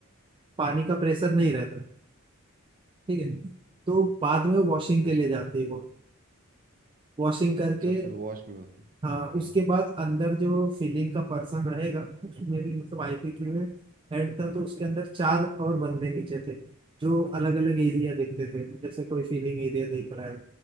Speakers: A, on the right; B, on the right.
A: पानी का प्रेशर नहीं रहता ठीक है तो बाद में वॉशिंग
B: तो
A: के
B: इस-
A: लिए जाती है वो वॉशिंग करके
B: अच्छा फिर वॉश भी होती है।
A: हाँ उसके
B: हम्म हम्म।
A: बाद अंदर जो फिलिंग का पर्सन रहेगा उसमें भी मतलब आईपीक्यू है हेड था तो उसके अंदर चार और बंदे नीचे थे जो अलग अलग एरिया देखते थे जैसे कोई फीलिंग एरिया देख रहा है